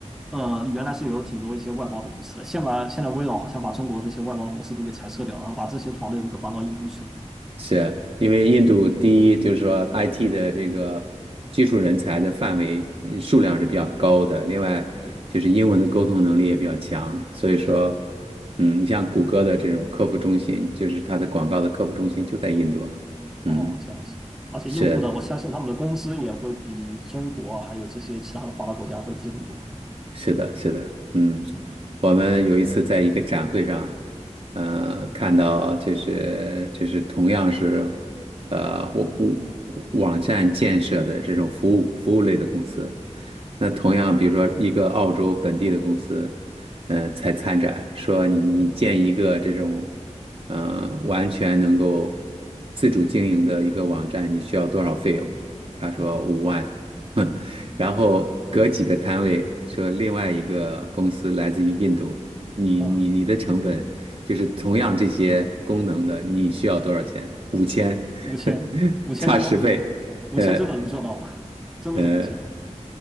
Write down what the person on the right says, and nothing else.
是因为印度第一就是说 IT 的这个技术人才的范围呃数量是比较高的，另外就是英文的沟通能力也比较强，
所以说，
嗯，你像谷歌的这种客服中心，就是它的广告的客服中心就在印度啊，
嗯，
是。
是的，是的，嗯，
我们有一次在一个展会上，呃，看到就是就是同样是，呃，我我网站建设的这种服务服务类的公司，那同样比如说一个澳洲本地的公司，呃，才参展说你你建一个这种，呃，完全能够自主经营的一个网站，你需要多少费用？他说五万。
<laughs> 然后隔几个摊位说另外一个公司来自于印度，你你你的成本就是同样这些功能的，
你需要多少钱？五千，
<laughs>
差十倍，
呃
呃